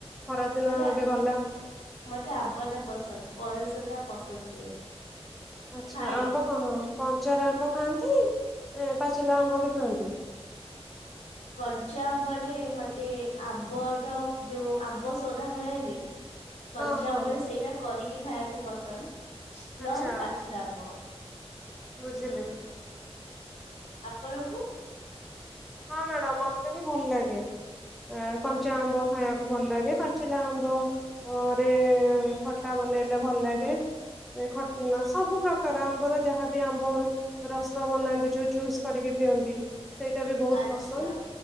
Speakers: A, in the centre; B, on the left (about 85°).
A: ଖରାଦିନ
B: ମତେ
A: ଏବେ ଗଲା।
B: ମତେ ଆମ୍ବ ଟା ପସନ୍ଦ ପଣସଟା ପସନ୍ଦ ନୁହେଁ।
A: ଆଚ୍ଛା
B: ଖାଏ
A: ଆମ୍ବ କଣ କଞ୍ଚାର ଆମ୍ବ ଖାଆନ୍ତି ପାଚିଲା ଆମ୍ବ ବି ଖାଆନ୍ତି?
B: କଞ୍ଚା ଆମ୍ବରେ ମତେ ଆମ୍ବର ଯୋଉ ଆମ୍ବ ସଢା଼ ମିଳେନି। କଞ୍ଚା
A: ହଁ ହଁ
B: ଆମ୍ବରେ ସେଇଟା କରିକି ଖାଇବାକୁ ପସନ୍ଦ। ନହେଲେ
A: ଆଚ୍ଛା
B: ପାଚିଲା ଆମ୍ବ।
A: ବୁଝିଲି।
B: ଆପଣଙ୍କୁ?
A: ହଁ ମ୍ୟାଡାମ୍ ମତେ ବି ଭଲ ଲାଗେ କଞ୍ଚା ଆମ୍ବ ଖାଇବାକୁ ଭଲ ଲାଗେ ପାଚିଲା ଆ ଘରେ ଖଟା ବନେଇଲେ ଭଲ ଲାଗେ। ଖ ସବୁ ପ୍ରକାର ଆମ୍ବର ଯାହାବି ଆମ୍ବ ରସ ବନାନ୍ତି ଯୋଉ ଜୁସ୍ କରିକି ପିଅନ୍ତି ସେଇଟା ବି ବହୁତ୍
B: ଆଚ୍ଛା
A: ପସନ୍ଦ।